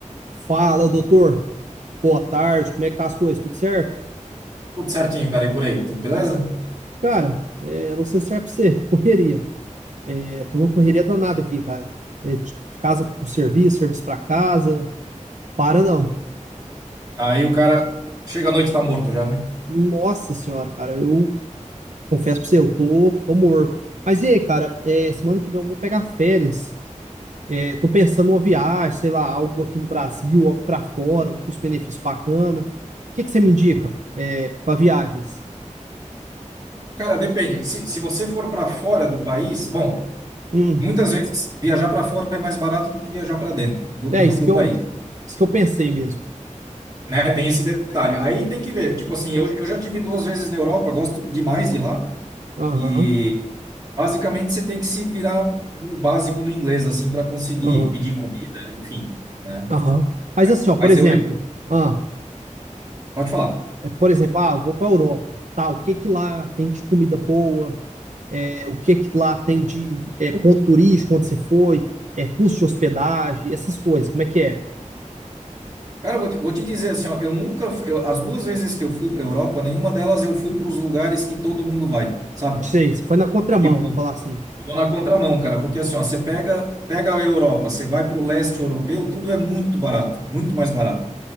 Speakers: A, on the right; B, on the right.
A: Fala, doutor. Boa tarde. Como é que tá as coisas? Tudo certo?
B: Tudo certinho, cara, e por aí, tudo beleza?
A: Cara, é, você serve pra você. Correria. É, tô numa correria danada aqui, cara. É, de de casa pro serviço, serviço pra casa. Para não.
B: Aí o cara chega à noite tá morto já, né?
A: Nossa senhora, cara. Eu confesso pra você, eu tô, tô morto. Mas e aí, cara? é, semana que vem eu vou pegar férias. É, tô pensando numa viagem, sei lá, algo aqui no Brasil, algo pra fora, um custo-benefício bacana. O que que você me indica, é, pra viagens?
B: Cara, depende. Se, se você for para fora do país, bom,
A: Hum,
B: muitas vezes viajar para fora é mais barato do que viajar para dentro do,
A: é
B: do,
A: isso
B: do
A: que eu,
B: país,
A: isso que eu pensei mesmo.
B: né? Tem esse detalhe. Aí tem que ver. Tipo assim, eu, eu já tive duas vezes na Europa, gosto demais de lá
A: Aham,
B: e basicamente você tem que se virar o básico no inglês assim para conseguir
A: aham,
B: pedir comida, enfim, né?
A: aham. Mas assim, ó, por
B: Mas
A: exemplo,
B: eu re-
A: ah,
B: pode falar.
A: é, por exemplo, ah, eu vou para Europa, tá? O que que lá tem de comida boa? É, o que que lá tem de é, ponto turístico onde você foi? É, custo de hospedagem, essas coisas, como é que é?
B: Cara, vou te, vou te dizer assim, ó, eu nunca, fu- eu- as duas vezes que eu fui para Europa, nenhuma delas eu fui para os lugares que todo mundo vai, sabe?
A: Sei, você foi na contramão,
B: Tipo,
A: vamos falar assim.
B: eu vou na contramão, cara, porque assim, ó, você pega, pega a Europa, você vai para o leste europeu, tudo é muito barato, muito mais barato.